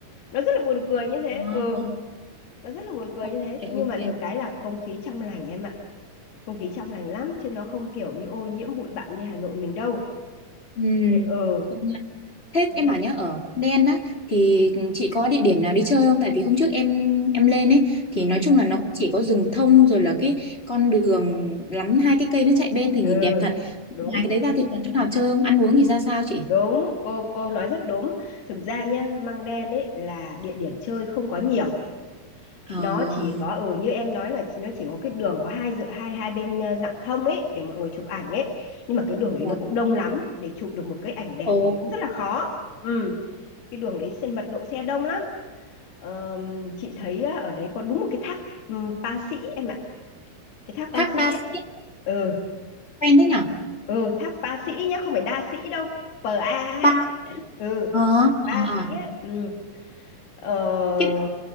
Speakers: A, on the left; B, on the left.
A: nó rất là buồn cười như thế
B: à,
A: ờ nó rất là buồn cười
B: ok
A: như thế nhưng
B: ok
A: mà được cái là không khí trong lành em ạ không khí trong lành lắm chứ nó không kiểu như ô nhiễm bụi bặm như Hà Nội mình đâu
B: ừ.
A: thế ờ
B: công nhận Thế
A: thế
B: em bảo nhá ở Đen á thì chị có địa điểm nào đi chơi không? Tại vì hôm trước em em lên ấy thì
A: ừ
B: nói chung là nó chỉ có rừng thông rồi là cái con đường lắm hai cái cây nó chạy bên thì nhìn
A: ừ
B: đẹp thật.
A: đúng
B: Ngoài cái đấy ra thì còn chỗ nào chơi không? Ăn uống thì ra sao chị?
A: đúng cô cô nói rất đúng thực ra nhá Măng Đen ấy là địa điểm chơi không có nhiều
B: À,
A: nó chỉ có ừ như em nói là chỉ- nó chỉ có cái đường có hai dự hai hai bên ờ, rạng thông ấy để mọi người chụp ảnh ấy nhưng mà cái đường ấy
B: dạ.
A: nó cũng đông lắm để chụp được một cái ảnh đẹp
B: Ồ,
A: thì nó cũng rất là khó ừ cái đường đấy xe mật độ xe đông lắm Ờ, chị thấy á, ở đấy có đúng một cái thác um, Pa Sĩ em ạ cái thác
B: thác
A: Pa Sĩ
B: Ba
A: ấy
B: Sĩ
A: ừ
B: quen thế nhở?
A: ừ thác Pa Sĩ nhá không phải đa sĩ đâu pê a ấy
B: Ba
A: ừ
B: ờ ờ
A: ba
B: ờ.
A: sĩ ấy ừ. ờ,
B: Cái đợt